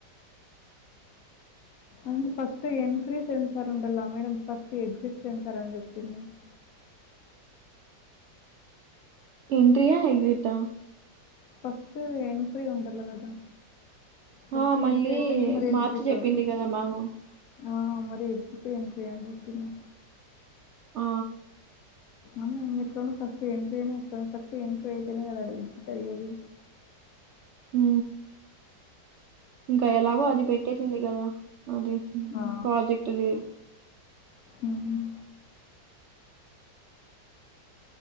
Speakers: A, on the left (about 60°); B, on the right (about 80°).
A: అే ఫస్ట్ ఎంట్రీ సెంటారు ఉండాల మేడ ఫస్ట్ ఎగ్జిట్ సెంటార అని చెప్పింది <unintelligible>
B: ఎంట్రీయా ఎగ్జిటా?
A: ఫస్ట్ ఎంట్రీ ఉండల కదా ఫస్ట్
B: ఆ! మళ్ళీ
A: ఎంట్రీ అయితేనే మరి ఎగ్జిట్
B: మార్చి చెప్పింది
A: ఆవుతది
B: కదా మ్యామ్.
A: ఆ మరి ఎగ్జిట్, ఎంట్రీ అని చెప్పింది
B: ఆ
A: అ అన్నిట్లోను ఫస్ట్ ఎంట్రీ అనే ఇస్తుంది ఫస్ట్ ఎంట్రీ అయితేనే కదా అడుగు అయ్యేది
B: ఉ ఇంకా ఎలాగో అది పెట్టేసింది కదా అది
A: ఆ
B: ప్రాజెక్ట్ది
A: ఉమ్,